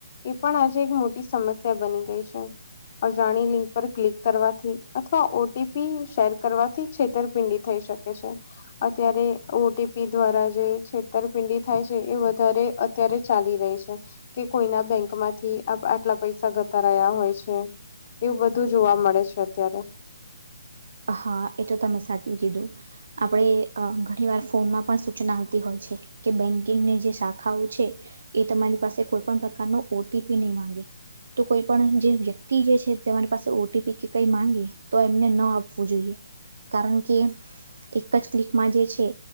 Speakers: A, on the left; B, on the right.
A: એ પણ આજે એક મોટી સમસ્યા બની ગઈ છે. અજાણી લિંક પર ક્લિક કરવાથી અથવા ઓટીપી શેર કરવાથી છેતરપિંડી થઈ શકે. અત્યારે ઓટીપી દ્વારા જે છેતરપિંડી થાય છે એ વધારે અત્યારે ચાલી રહી છે. કે કોઈના બેંક માંથી આટલા પૈસા જતા રહ્યા હોય છે. એવું બધું જોવા મળે છે અત્યારે.
B: હા એ તો તમે સાચું કીધું. આપણે ઘણી વાર ફોનમાં પણ સૂચના આવતી હોય છે કે બેંકિંગને જે શાખાઓ છે, એ તમારી પાસે કોઈ પણ પ્રકાર નો ઓટીપી નહી માંગે. તો કોઈ પણ જે વ્યક્તિ જે છે તમારી પાસે ઓટીપી કે કંઈ માંગે તો ન આપવો જોઈએ, કારણ કે એક જ ક્લિકમાં જે છે.